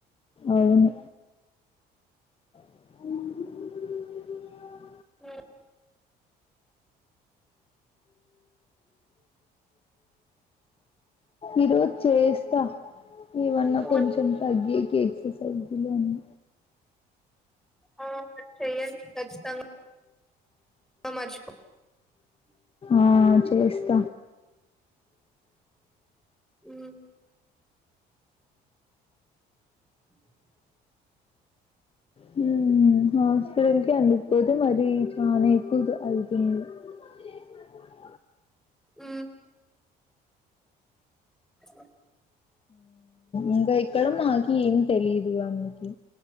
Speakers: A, on the left (about 35°); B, in the centre.
A: అవును అవు
B: ఉ
A: ఈరోజు చేస్త ఏమన్నా
B: ఫోన్
A: కొంచెం తగ్గేకి ఎక్సర్సైజ్లు అని
B: ఆ చేయండి కచ్చితంగ <unintelligible>
A: ఆ చేస్త
B: ఉమ్ <inaudible>
A: హు హాస్పిటల్కి అందిపోతే మరి జన ఎకుదు అయిపో అ
B: ఉ ఎ
A: ఇంక ఎక్కడ ఏం తెలిదు అమెకి